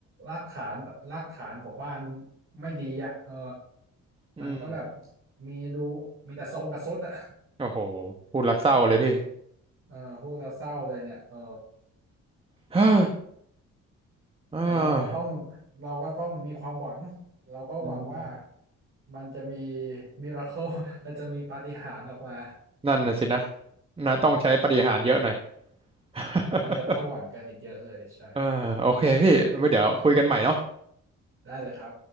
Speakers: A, on the right; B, on the right.
A: รากฐานรากฐานของบ้านไม่ดีอ่ะเออ
B: อืม
A: มันก็แบบมีดูมีแต่ทรงกับทรุดอ่ะ
B: โอ้โหพูดและเศร้าเลยพี่
A: เออพูดแล้วเศร้าเลยเนี่ยเออ
B: <sighs> ฮ่าอ่า
A: แต่เราก็ต้องเราก็ต้องมีความหวังเราก็หวังว่า
B: อืม
A: มันจะมีมิราเคิลมันจะมีปาฏิหาริย์ออกมา
B: นั่นน่ะสินะนะต้องใช้ปาฏิหาริย์เยอะหน่อย <laughs>
A: อาจจะต้องหวังกันอีกเยอะเลยใช่
B: เออโอเคพี่ไว้เดี๋ยวคุยกันใหม่เนาะ
A: ได้เลยครับ